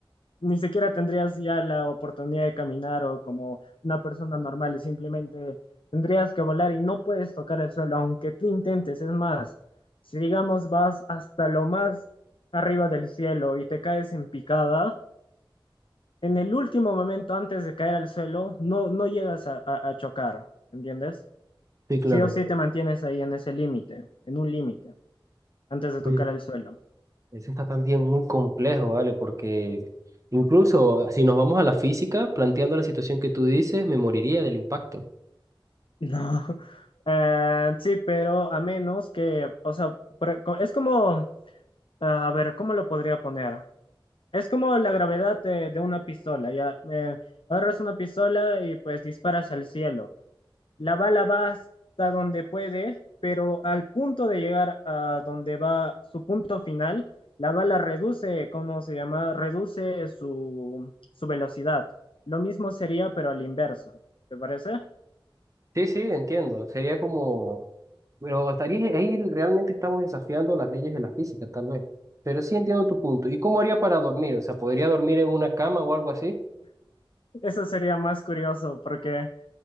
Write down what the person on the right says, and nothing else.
Sí, claro.
oye
Ese está también muy complejo, ¿vale? Porque incluso si nos vamos a la física, planteando la situación que tú dices, me moriría del impacto.
Sí, sí, entiendo. Sería como, pero estaría ahí realmente estamos desafiando las leyes de la física, tal vez. Pero sí entiendo tu punto. ¿Y cómo haría para dormir? O sea, ¿podría dormir en una cama o algo así?